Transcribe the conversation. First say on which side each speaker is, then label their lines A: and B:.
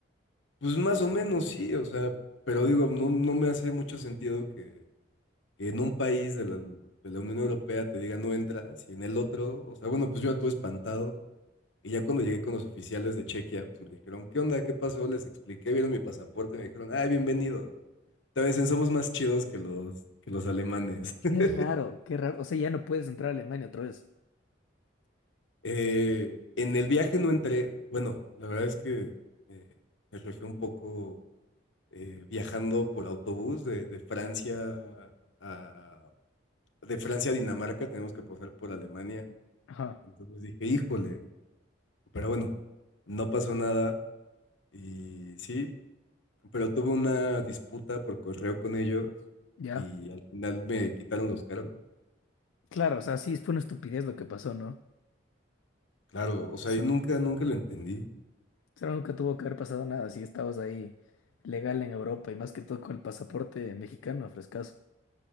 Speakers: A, on the left; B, on the left.
A: pues más o menos, sí, o sea, pero digo, no, no me hace mucho sentido que, que en un país de la, de la Unión Europea te diga no entras y en el otro, o sea, bueno, pues yo ya todo espantado. Y ya cuando llegué con los oficiales de Chequia, pues me dijeron, ¿qué onda? ¿Qué pasó? Les expliqué, vieron mi pasaporte, me dijeron, ah, bienvenido. Te dicen, somos más chidos que los, que los alemanes. <laughs>
B: Qué raro, qué raro. O sea, ya no puedes entrar a Alemania otra vez.
A: Eh, en el viaje no entré, bueno, la verdad es que eh, me refiero un poco eh, viajando por autobús de, de Francia a, de Francia a Dinamarca, tenemos que pasar por Alemania.
B: Ajá,
A: Entonces dije, híjole, pero bueno, no pasó nada y sí, pero tuve una disputa por correo con ellos
B: ya.
A: y al final me quitaron los cargos.
B: Claro, o sea, sí, fue una estupidez lo que pasó, ¿no?
A: Claro, o sea,
B: O sea,
A: y nunca, nunca lo entendí.
B: Pero nunca tuvo que haber pasado nada si estabas ahí legal en Europa y más que todo con el pasaporte mexicano, frescazo.